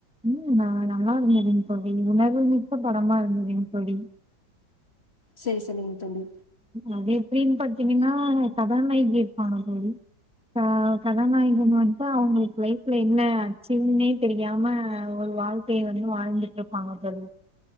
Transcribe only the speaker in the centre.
ம் நா நல்லா இருந்ததுங்க தோழி உணர்வு மிக்க படமா இருந்ததுங்க தோழி
அது எப்டின் பாத்தீங்கன்னா சதான் வைதி இருப்பான தோழி ஆ கதாநாயகன் வந்துட்டு அவங்களுக்கு லைஃப்ல என்ன அச்சிவ்ன்னே தெரியாம ஒரு வாழ் கைய வந்து வாழ்ந்துட்டு இருப்பாங்க தோழி